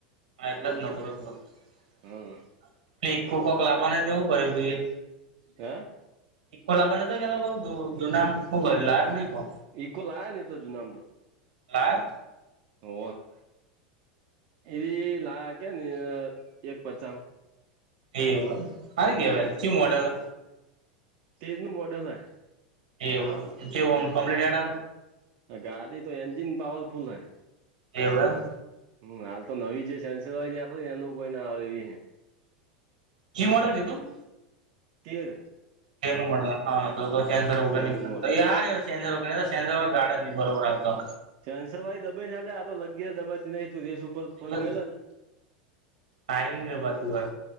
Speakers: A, on the right; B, on the right.
A: હા એટલે જ ને બરોબર
B: હમ
A: કોક લાવવાના તો એવું કર્યું તું એ.
B: હે.
A: ઈકોલા બને તો કે કું જુના લાગક નહી પણ.
B: ઇકોલા્યા ને તો જૂનામ તો.
A: ના.
B: ઓ એવી લા કે ને એક પચ.
A: એવું મારે કેવાય કું મોડેલો.
B: તેજ નું મોટા થાય
A: એવ જેવમ કમ્પ્લીટ.
B: ગાડી તો એન્જિન પાવરફુલ હૈ.
A: એમ.
B: હમ હાલ તો નવી જે સંસેવાય આખ ને એનું કોઈ ના આવે એવી
A: જી મળળ ગીધું
B: તેજ
A: એ મળે હ તો કેન્સર વગર
B: તેરનું
A: નીકળ
B: મોડલ
A: જરોેજરો ગાર્ડન બરોબડા આવ
B: શનસર ભાઈ દબાઈ ને સા આ તો લગી દબાતી ન તું રેસ ઉપર પગ
A: એટ
B: મેલે ને
A: સારીની જવાત હોય